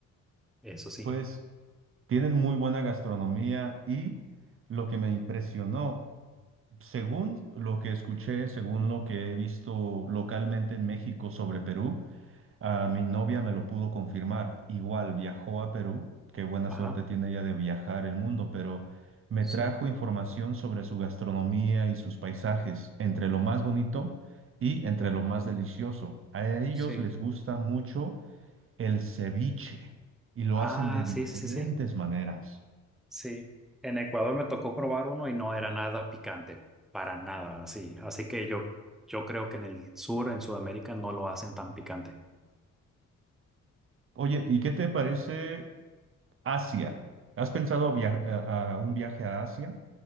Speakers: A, in the centre; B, on the right.
A: Eso sí.
B: Pues Tienen muy buena gastronomía y lo que me impresionó, según lo que escuché, según lo que he visto localmente en México sobre Perú, a mi novia me lo pudo confirmar. Igual viajó a Perú, qué buena
A: Ajá.
B: suerte tiene ella de viajar el mundo, pero me
A: Sí,
B: trajo información sobre su gastronomía y sus paisajes, entre lo más bonito y entre lo más delicioso. A ellos
A: sí.
B: les gusta mucho el ceviche y lo
A: Ah,
B: hacen de diferentes
A: sí, sí, sí.
B: maneras.
A: Sí, en Ecuador me tocó probar uno y no era nada picante, para nada, así. Así que yo, yo creo que en el sur, en Sudamérica, no lo hacen tan picante.
B: Oye, ¿y qué te parece Asia? ¿Has pensado via- a, a un viaje a Asia?